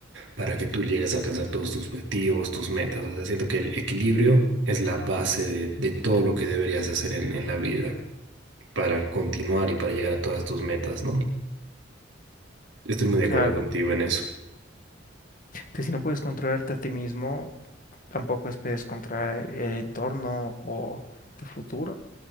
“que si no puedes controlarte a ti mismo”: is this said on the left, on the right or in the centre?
Left